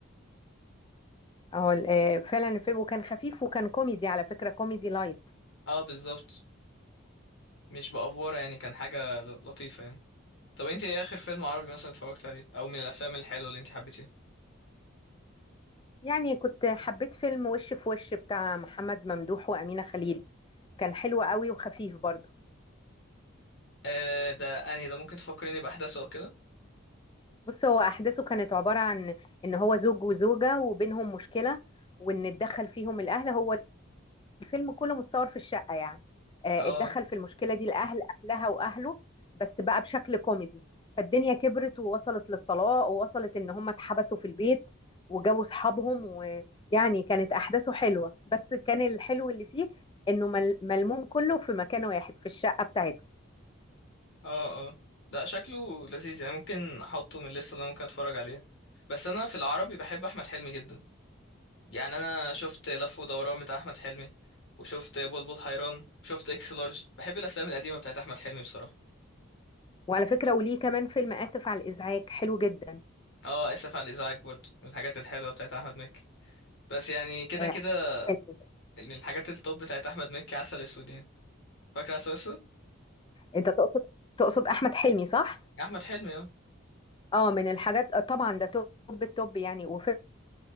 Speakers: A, on the left; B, on the left.
A: هو ال- آه، فعلا الفيلم وكان خفيف وكان كوميدي على فكرة كوميدي لايت
B: اه بالظبط مش بافوره يعني كان حاجه ل- لطيفه يعني طب انت ايه اخر فيلم عربي مثلا اتفرجت عليه او من الافلام الحلوه اللي انت حبيتيه
A: يعني كنت حبيت فيلم وش في وش بتاع محمد ممدوح وأمينة خليل كان حلو قوي وخفيف برضه
B: آه ده اني ده ممكن تفكريني باحداثه او كده
A: بص هو أحداثه كانت عبارة عن إن هو زوج وزوجة وبينهم مشكلة وإن اتدخل فيهم الأهل هو الفيلم كله متصور في الشقة يعني آه،
B: اه
A: اتدخل في المشكلة دي الأهل أهلها وأهله بس بقى بشكل كوميدي فالدنيا كبرت ووصلت للطلاق ووصلت إن هم اتحبسوا في البيت وجابوا صحابهم ويعني كانت أحداثه حلوة بس كان الحلو اللي فيه إنه مل- ملموم كله في مكان واحد في الشقة بتاعتهم
B: اه اه لا شكله لذيذ يعني ممكن احطه من الليسته اللي انا ممكن اتفرج عليها بس انا في العربي بحب احمد حلمي جدا يعني انا شفت لف ودوران بتاع احمد حلمي وشفت بلبل حيران وشفت اكس لارج بحب الافلام القديمه بتاعت احمد حلمي بصراحه
A: وعلى فكرة وليه كمان فيلم آسف على الإزعاج حلو جدا
B: اه اسف على الازعاج برضه من الحاجات الحلوه بتاعت احمد مكي بس يعني كده
A: آه،
B: كده
A: حلو.
B: من الحاجات التوب بتاعت احمد مكي عسل اسود يعني فاكر عسل اسود
A: أنت تقصد تقصد أحمد حلمي صح؟
B: احمد حلمي اه
A: اه من الحاجات آه، طبعا ده توب التوب يعني وفيلم